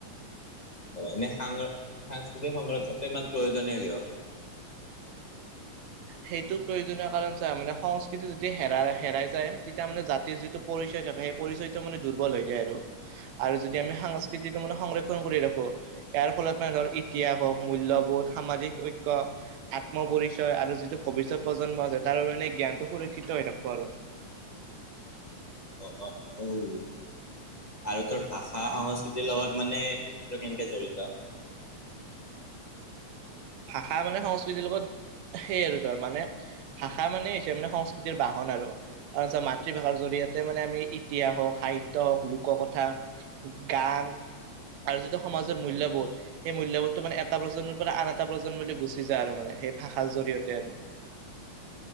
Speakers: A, on the left (about 35°); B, on the right (about 70°).
A: অ এনে সাংস্--সাংস্কৃতিক সংৰক্ষণটো ইমান প্ৰয়োজনীয় কিয় <unintelligible>
B: সেইটো প্ৰয়োজনীয় কাৰণ চা মানে সংস্কৃতি যদি হেৰা হেৰাই যায় তেতিয়া মানে জাতিৰ যিটো পৰিচয় থাকে সেই পৰিচয়টো মানে দুৰ্বল হৈ যায় আৰু আৰু যদি আমি সাংস্কৃতিটো মানে সংৰক্ষণ কৰি ৰাখো ইয়াৰ ফলত মানে ধৰ ইতিহাস হওক মূল্যবোধ সামাজিক ঐক্য আত্ম পৰিচয় আৰু যিটো ভৱিষ্যত প্ৰজন্ম আছে তাৰো মানে জ্ঞানটো সুৰক্ষিত হৈ থাক ব আৰু
A: অ অ অউ আৰু তোৰ ভাষা সংস্কৃতিৰ লগত মানে <unintelligible> টো কেনেকে জড়িত
B: ভাষা মানে সংস্কৃতিৰ লগত সেই আৰু ধৰ মানে ভাষা মানে <unintelligible> সংস্কৃতিৰ বাহন আৰু তাৰ মাতৃভাষাৰ জৰি়য়তে মানে আমি ইতিহাস হওক সাহিত্য হওক লোক কথা গান আৰু যিটো সমাজৰ মূল্যবোধ
A: উম
B: সেই মূল্যবোধটো মানে এটা প্ৰজন্মৰ পৰা আন এটা এটা প্ৰজন্মলে বুলি গুচি যায় আৰু মানে সেই ভাষাৰ জৰিয়তে আৰু